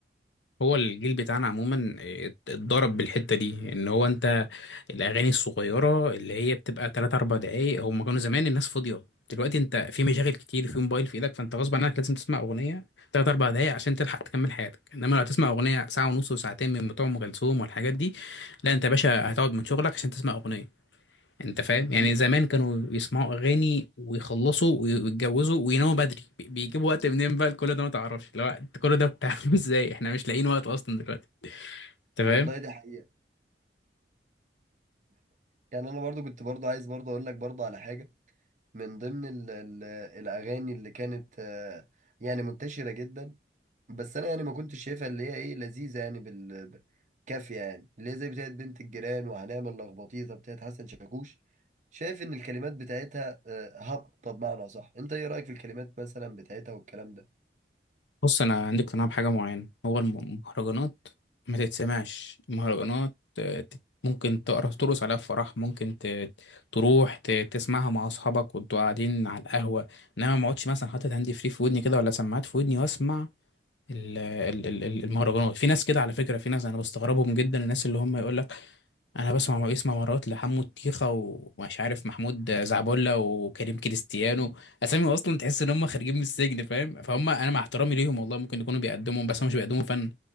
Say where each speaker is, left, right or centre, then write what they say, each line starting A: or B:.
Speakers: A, on the left (about 85°); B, on the right (about 40°).
A: هو الجيل بتاعنا عموما آه، ات- اتضرب بالحتة دي ان هو انت الاغاني الصغيرة اللي هي بتبقى 3 4 دقايق هم كانوا زمان الناس فاضية دلوقتي انت في مشاغل كتير في موبايل في ايدك فانت غصب عنك لازم تسمع اغنية 3 4 دقايق عشان تلحق تكمل حياتك انما لو تسمع اغنية ساعة ونص وساعتين من بتوع ام كلثوم والحاجات دي لا انت يا باشا هتقعد من شغلك عشان تسمع اغنية انت فاهم يعني
B: والله
A: زمان كانوا يسمعوا اغاني ويخلصوا وي- ويتجوزوا ويناموا بدري بي- بيجيبوا وقت منين بقى لكل ده ما تعرفش لو انت كل ده بتعمله <laughs> ازاي احنا مش لاقيين وقت اصلا دلوقتي انت فاهم
B: والله دي حقيقة يعني انا برضو كنت برضو عايز برضو اقول لك برضو على حاجة من ضمن ال ال الأغاني اللي كانت آه، يعني منتشرة جدا بس أنا يعني ما كنتش شايفها اللي هي إيه لذيذة يعني بال ب- كافية يعني اللي هي زي بتاعت بنت الجيران وهنعمل لخبطيطة بتاعت حسن شاكوش شايف إن الكلمات بتاعتها آه، هابطة بمعنى صح أنت إيه رأيك في الكلمات مثلا بتاعتها والكلام ده
A: بص انا عندي اقتناع بحاجه معينه هو الم- المهرجانات ما تتسمعش المهرجانات آه، ت- ممكن تقرا ترقص عليها في فرح ممكن ت- تروح ت- تسمعها مع اصحابك وانتوا قاعدين على القهوه انما ما اقعدش مثلا حاطط هاند فري في ودني كده ولا سماعات في ودني واسمع ال- ال- ال- ال- المهرجانات في ناس كده على فكرة في ناس انا بستغربهم جدا الناس اللي هم يقول لك انا بسمع بسمع مرات لحمو الطيخة ومش عارف محمود زعبولة وكريم كريستيانو اسامي اصلا تحس ان هم خارجين من السجن فاهم فهم انا مع احترامي ليهم والله ممكن يكونوا بيقدموا بس هم مش بيقدموا فن